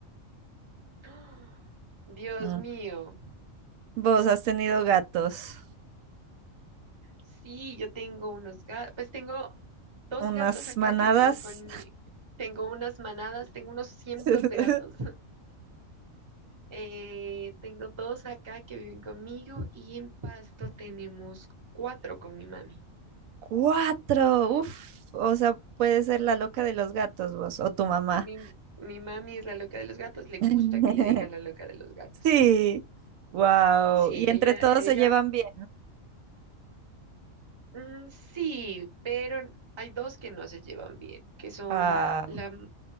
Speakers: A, on the right; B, on the right.
A: ¡Ah! Dios
B: Ujú.
A: mío.
B: ¿Vos has tenido gatos?
A: Sí, yo tengo unos gatos. Pues tengo dos
B: ¿Unas
A: gatos acá
B: manadas?
A: que viven conmigo. Tengo unas manadas, tengo unos cientos
B: <laughs>
A: de gatos. <laughs> Eh, tengo dos acá que viven conmigo y en Pasto tenemos cuatro con mi mami.
B: Cuatro, uf, o sea, puede ser la loca de los gatos vos o tu mamá.
A: Mi, mi mami es la loca de los gatos, le
B: <laughs>
A: gusta que le digan la loca de los gatos.
B: Sí, wow.
A: Sí,
B: Y entre
A: ella,
B: todos
A: ella
B: se llevan bien.
A: Mm, sí, pero hay dos que no se llevan bien, que son
B: Ah,
A: la, m-